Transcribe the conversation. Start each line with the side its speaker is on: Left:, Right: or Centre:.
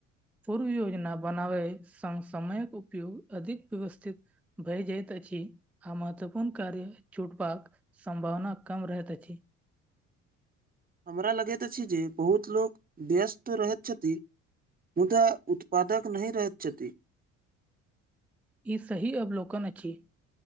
Centre: पूर्व योजना बनावै संग समयक उपयोग अधिक व्यवस्थित भय जैत अछि आ महत्वपूर्ण कार्य छुटबाक सम्भावना कम रहैत अछि
Right: हमरा लगैत अछी जे बहुत लोक व्यस्त रहैत छथि मुदा उत्पादक नहि रहैत छथि
Centre: ई सही अवलोकन अछि